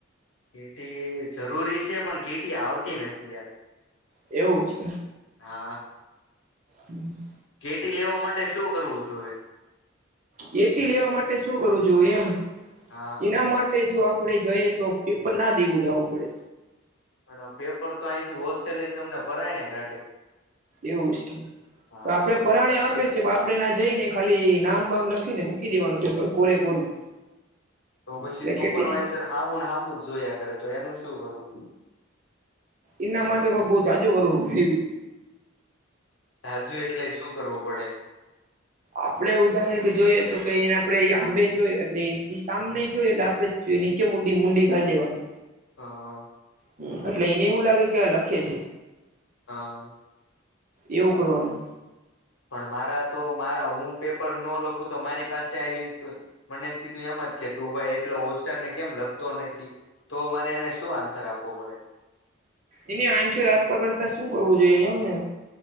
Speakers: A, on the left (about 75°); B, on the right (about 40°).
A: કીટી જરૂરી છે પણ કીટી આવતી નથી યાર
B: એવું છે
A: હા
B: હમ્મ
A: કેટી લેવા માટે શું કરવું જોવે
B: કેટી લેવા માટે શું કરું જોું એમ
A: હા
B: એના માટે જો ઉપડે જોઈએ તો પેપર ના દેવું જાવ ઉપડે
A: પણ પેપર તો અહીંથી હોસ્ટેલથી અમને પરાયને કાઢે
B: એવું છે
A: હા
B: તો આપણે પરાણે આપ આપે છે આપણેે ના જઈને ખાલી નામ બામ લખીને મૂકી દેવાનું પેપર કોરે કોરું.
A: તો પછી
B: એટલે
A: સુપરવાઈઝર
B: કેટલી
A: હામુન હામુ જોયા કરે તો એનું શું કરવું.
B: એના માટે કોક બવ જાજુ કરું છે
A: રાજુ એટલે શું કરવું પડે
B: આપડણે ઉદાહરણ કે જોઈએ તો કે એને આપડે આંબે જોઈએ એટલે એ સામને જોઈએ એટલે આપણે નીચે મુંડી ઘાલી દેવાની
A: હ હા
B: હ એટલે એને એવું લાગે કે લખે છે
A: હા
B: એવું કરવાનું
A: પણ મારા તો મારા હું પેપર ન લખું તો મારી પાસે આવીને મને સીધું એમ કે તું ભાઈ એટલો હોશયાર ને કેમ લખતો નથી તો મારે એને શું આન્સર આપવો પડે
B: એને આન્સર હાથ પકડતા શું કરવું જોઈએ એમને